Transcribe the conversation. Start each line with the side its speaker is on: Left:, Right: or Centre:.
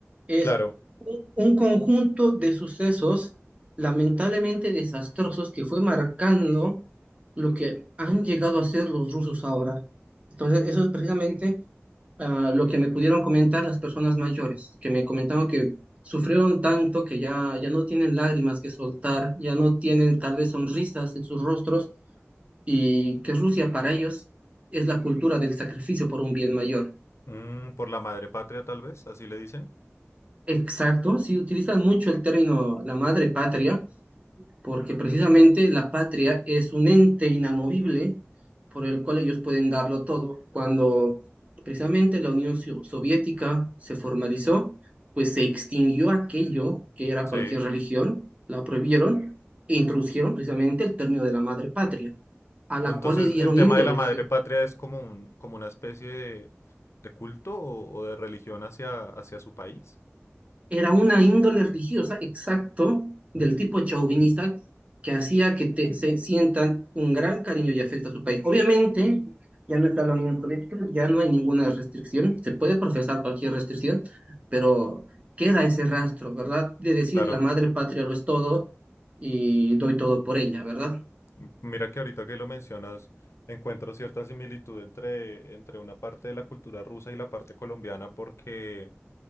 Right: Es
Left: Claro.
Right: un, un conjunto de sucesos lamentablemente desastrosos que fue marcando lo que han llegado a ser los rusos ahora. Entonces, eso es precisamente ah, lo que me pudieron comentar las personas mayores, que me comentaron que sufrieron tanto que ya, ya no tienen lágrimas que soltar, ya no tienen tal vez sonrisas en sus rostros y que Rusia para ellos es la cultura del sacrificio por un bien mayor.
Left: Mm, por la madre patria, tal vez, así le dicen.
Right: Exacto, si utilizan mucho el término la madre patria, porque precisamente la patria es un ente inamovible por el cual ellos pueden darlo todo. Cuando precisamente la Unión Sio- Soviética se formalizó, pues se extinguió aquello que era
Left: Sí.
Right: cualquier religión, la prohibieron e introdujeron precisamente el término de la madre patria, a la
Left: Entonces,
Right: cual le dieron
Left: el tema
Right: índoles.
Left: de la madre patria es como un, como una especie de, de culto o, o de religión hacia, hacia su país.
Right: era una índole religiosa, exacto, del tipo chauvinista, que hacía que te, se sientan un gran cariño y afecto a su país. Obviamente, ya no está la Unión Soviética, ya no hay ninguna restricción, se puede profesar cualquier restricción, pero queda ese rastro, ¿verdad? De decir
Left: Claro.
Right: la madre patria lo es todo y doy todo por ella, ¿verdad?
Left: M- Mira que ahorita que lo mencionas, encuentro cierta similitud entre, entre una parte de la cultura rusa y la parte colombiana porque,